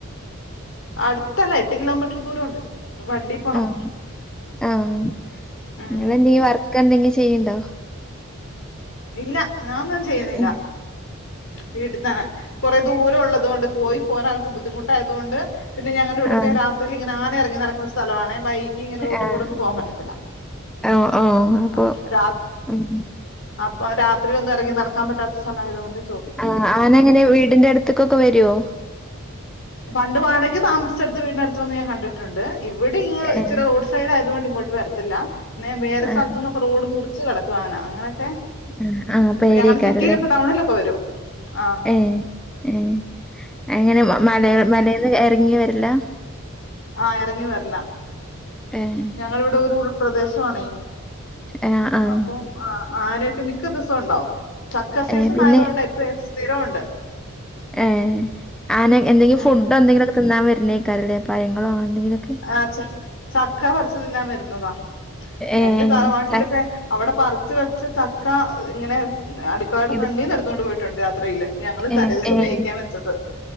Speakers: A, on the left; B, in the centre.
A: അടുത്തല്ല എട്ട് കിലോമീറ്റർ ദൂരമുണ്ട്. വണ്ടി പോണം
B: ആഹ് ആഹ്
A: ഉം
B: നിങ്ങള് എന്തെ വർക്ക് എന്തെങ്കിലും ചെയ്യണ്ടോ?
A: ഇല്ല ഞാനൊന്നും ചെയ്യുന്നില്ല
B: ഏഹ്
A: വീട്ടിൽ തന്നെ. കുറെ ദൂരയുള്ളത് കൊണ്ട് പോയി പോരാനൊക്കെ ബുദ്ധിമുട്ടായതു കൊണ്ട് പിന്നെ ഞങ്ങളുടെ ഇവിടുത്തെ
B: ആഹ്
A: രാ രാത്രിയിൽ ഇങ്ങനെ ആന ഇറങ്ങി നടക്കുന്ന സ്ഥലവാണേ വഴി. യിൽ ഇങ്ങനെ റോഡിൽ
B: ആഹ്
A: കൂടെ ഒന്നും പോവാാൻ പറ്റത്തില്ല,
B: ഓഹ് ഓഹ് അപ്പൊ
A: ആഹ് രാ
B: ഉം
A: അപ്പൊ രാത്രിയിൽ ഒന്നും ഇറങ്ങി നടക്കാൻ പറ്റാത്ത സ്ഥലം ആയതുകൊണ്ട്.
B: ആഹ് ആന എങ്ങനെയാ വീടിന്റെ അടുത്തേക്ക് ഒക്കെ വരുവോ.
A: പണ്ട് വാടകയ്ക്ക് താമസിച്ചെടുത്ത് വീടിനെ അടുത്ത് വന്ന് ഞാൻ കണ്ടിട്ടുണ്ട്, ഇവിടെ ഇ
B: ഏഹ്
A: ഇച്ചിരി റോഡ്. സൈഡ് ആയതുകൊണ്ട് ഇങ്ങോട്ട് വരത്തില്ല, പിന്നെ വേറെ
B: ആഹ്
A: സ്ഥലത്തു നിന്നൊക്കെ റോഡ് മുറിച്ച് കടക്കും ആന അങ്ങനെയൊക്കെ.
B: ആഹ് ആഹ് പേടിയേക്കാരല്ലേ
A: ഞങ്ങളുടെ സിറ്റിയിലൊക്കെ ടൗണിലൊക്കെ വരും ആഹ്.
B: ഏഹ് ഏഹ് അങ്ങനെ മല മലന്ന് ഇറങ്ങി വരാല്.
A: ആഹ് ഇറങ്ങി വരാല്
B: ഏഹ്
A: ഞങ്ങള് ഇവിടെ ഒരു ഉൾപ്രദേശമാണേ.
B: ആഹ് ആഹ്
A: അപ്പം ആഹ് ആനയൊക്കെ മിക്ക ദിവസവും ഉണ്ടാവും, ചക്ക സീസൺ
B: ഏഹ് പിന്നെ
A: ആയതുകൊണ്ട്. അപ്പം സ്ഥിരം ഉണ്ട്.
B: ഏഹ് ആന എന്തെങ്കിലും
A: ഉം
B: ഫുഡോ എന്തെങ്കിലും ഒക്കെ തിന്നാൻ വരുന്നേക്കാറല്ലേ പഴങ്ങളോ എന്തെങ്കിലുമൊക്കെ.
A: ആഹ് ച ചക്ക പറിച്ച് തിന്നാൻ വരുന്നതാ,
B: ഏഹ്
A: എന്റെ തറവാട്ടിൽ
B: ത
A: ഒക്കെ. അവിടെ പറിച്ച് വെച്ച് ചക്ക ഇങ്ങനെ അടു അടുക്കളയുടെ
B: ഇത്
A: ഫ്രണ്ടിന്ന് എടുത്തോണ്ട് പോയിട്ടുണ്ട് യാത്രിയില് ഞങ്ങൾ
B: ഏഹ്
A: തലേദിവസം
B: ഏഹ്
A: വേവിക്കാൻ വെച്ചത്.